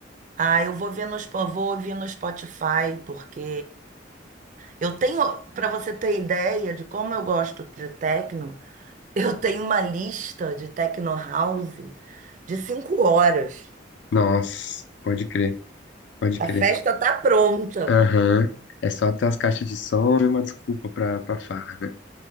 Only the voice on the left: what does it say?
Nossa, pode crer, pode
crer.
Aham. É só ter as caixas de som e uma desculpa pra, pra farra, né?